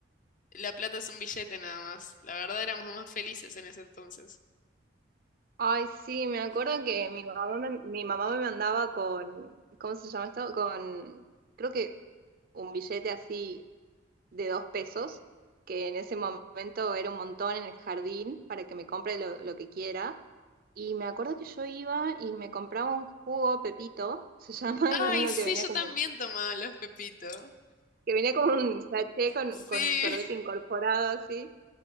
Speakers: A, on the left; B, on the right.
A: La plata es un billete nada más. La verdad éramos más felices en ese entonces.
B: Ay, sí, me acuerdo que mi mamá me, mi mamá me mandaba con, ¿cómo se llama esto? Con, creo que un billete así de dos pesos, que en ese momento era un montón en el jardín para que me compre lo, lo que quiera. Y me acuerdo que yo iba y me compraba un jugo Pepito, se llama,
A: Ay,
B: <laughs> que es uno
A: sí,
B: que venía
A: yo
B: como
A: también tomaba los pepitos.
B: que venía con un sachet, con,
A: Sí.
B: con un sorbete incorporado así.